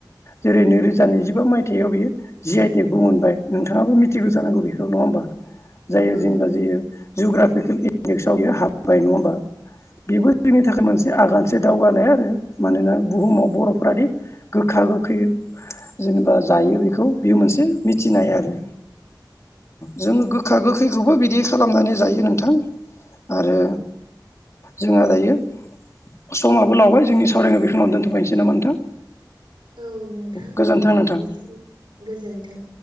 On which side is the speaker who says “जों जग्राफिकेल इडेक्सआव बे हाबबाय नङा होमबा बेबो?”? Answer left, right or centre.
Left